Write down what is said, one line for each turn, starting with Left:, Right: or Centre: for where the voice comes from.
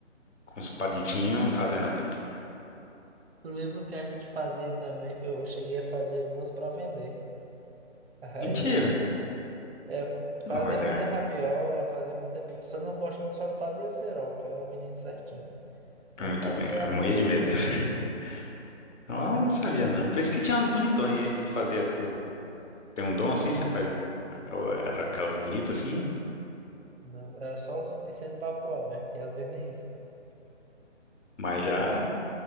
Left: com os palitinhos, fazendo a pipa.
Right: Eu lembro que a gente fazia também, eu cheguei a fazer algumas para vender. Aí.
Left: Mentira.
Right: É, eu fu- fazia
Left: Olha,
Right: muita rabiola, fazia muita pipa. Só não gosto, só não fazia cerol, que eu era um menino certinho.
Left: é
Right: Mas
Left: muito
Right: fazia,
Left: bem.
Right: ganhava
Left: Eu morria
Right: um dinheirinho
Left: de medo.
Right: vendendo
Left: <laughs>
Right: pipa.
Left: Olha, sabia não. Por isso que tinha umas bonitões. E tu fazia, tu tem um dom assim, você faz aquela- era aquelas bonitas assim,
Right: Não, era só o suficiente pra voar mesmo. E às vezes nem isso.
Left: mas já